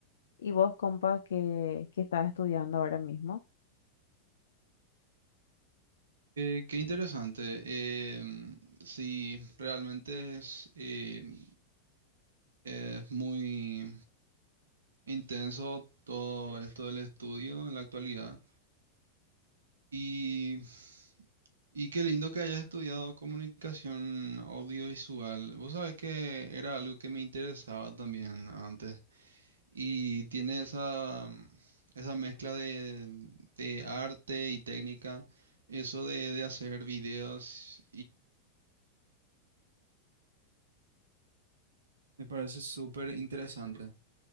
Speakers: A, on the left (about 65°); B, on the right (about 65°).
A: Y vos, compa, que, que estás estudiando ahora mismo,
B: Eh, qué interesante. Em, sí, realmente es, em, es muy intenso todo esto del estudio en la actualidad. Y, y qué lindo que hayas estudiado comunicación audiovisual. Vos sabés que era algo que me interesaba también antes. Y tiene esa, esa mezcla de, de arte y técnica, eso de, de hacer videos Me parece súper interesante.